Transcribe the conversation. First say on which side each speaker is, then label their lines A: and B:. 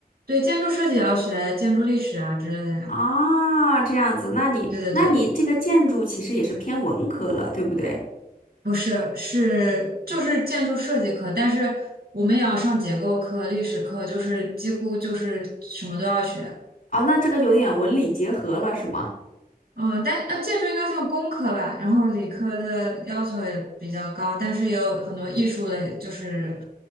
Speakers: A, on the right; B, on the left.
A: 对，建筑设计也要学建筑历史啊之类的呀。
B: 啊，这样子，那你那你这个建筑其实也是偏文科了，
A: 对对对。
B: 对不对？
A: 不是，是就是建筑设计课，但是我们也要上结构课、历史课，就是几乎就是什么都要学。
B: 哦，那这个有点文理结合了，是吗？
A: 嗯，但呃，建筑应该算工科吧，然后理科的要求也比较高，但是也有很多艺术类，就是